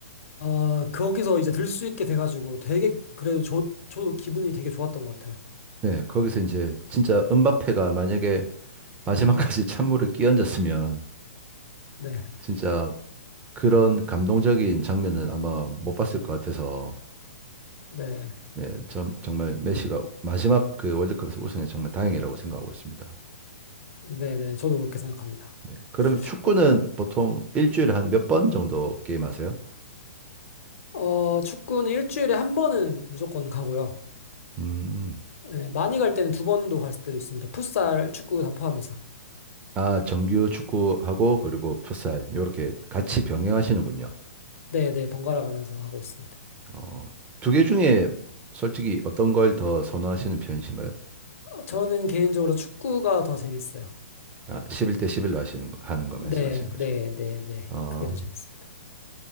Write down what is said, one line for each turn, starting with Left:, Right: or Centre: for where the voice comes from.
Left: 아, 거기서 이제 들 수 있게 돼가지고 되게, 그래도 저, 저도 기분이 되게 좋았던 것 같아요.
Right: 네, 거기서 이제 진짜 은바페가 만약에 마지막까지 <laughs> 찬물을 끼얹었으면
Left: 네.
Right: 진짜 그런 감동적인 장면은 아마 못 봤을 것 같아서
Left: 네.
Right: 네, 정, 정말 메시가 마지막 그 월드컵에서 우승해 정말 다행이라고 생각하고 있습니다.
Left: 네, 네. 저도 그렇게 생각합니다.
Right: 네. 그러면 축구는
Left: 어,
Right: 보통 일주일에 한 몇 번 정도 게임하세요?
Left: 어, 축구는 일주일에 한 번은 무조건 가고요.
Right: 음.
Left: 네, 많이 갈 때는 두 번도 갈 때도 있습니다. 풋살, 축구 다 포함해서.
Right: 아, 정규 축구하고 그리고 풋살 이렇게 같이 병행하시는군요.
Left: 네, 네. 번갈아 가면서 하고 있습니다.
Right: 어, 두 개 중에 솔직히 어떤 걸 더 선호하시는 편이신가요?
Left: 어, 저는 개인적으로 축구가 더 재밌어요.
Right: 아, 11대 11로 하시는 거- 하는 거
Left: 네,
Right: 말씀하시는 거죠.
Left: 네, 네, 네.
Right: 아,
Left: 그게 더 재밌어요.